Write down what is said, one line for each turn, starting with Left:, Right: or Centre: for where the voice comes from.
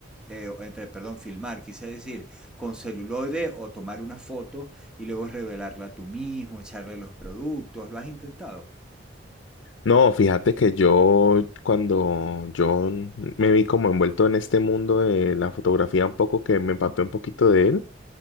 Centre: eh, entre, perdón, filmar, quise decir, con celuloide o tomar una foto y luego revelarla tú mismo, echarle los productos, ¿lo has intentado?
Left: No, fíjate que yo cuando yo me vi como envuelto en este mundo de la fotografía un poco, que me empapé un poquito de él.